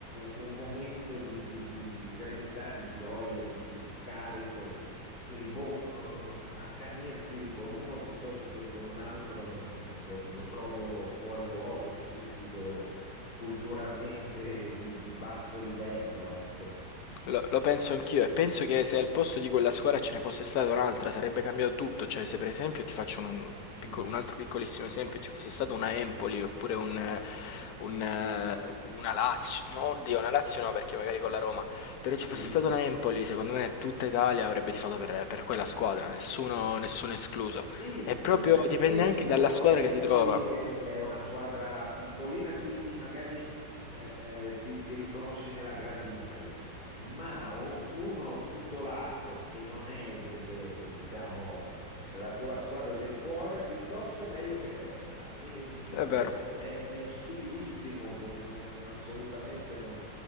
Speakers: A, on the left (about 30°); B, on the left (about 65°).
A: u- un momento di, di- di- di serenità, di gioia, di, di scarico. Quindi, boh, eh, accanirsi con uno piuttosto che con l'altro no, lo, lo trovo fuori luogo, stupido, culturalmente di, di basso livello, ecco.
B: Lo, lo penso anch'io e penso che se al posto di quella squadra ce ne fosse stata un'altra sarebbe cambiato tutto, cioè se per esempio ti faccio un, piccolo-
A: Mm.
B: un altro piccolissimo esempio, ci fosse stata una Empoli oppure un, eh, un, eh, una Lazio, no, oddio, una Lazio no perché magari con la Roma, però ci
A: Sì,
B: fosse stata una Empoli, secondo me tutta Italia avrebbe tifato per, per quella squadra, nessuno, nessuno escluso,
A: sì,
B: e proprio
A: sì, perché
B: dipende anche
A: boh,
B: dalla squadra
A: l'Empoli
B: che si trova.
A: è, è una squadra piccolina, quindi magari eh, eh, ti, ti riconosci nella grande impresa, ma o- uno titolato che non è, de- de- diciamo, la tua squadra del cuore, piuttosto è meglio che perda. E, boh,
B: È vero.
A: è, è stupidissimo, boh, non- assolutamente no.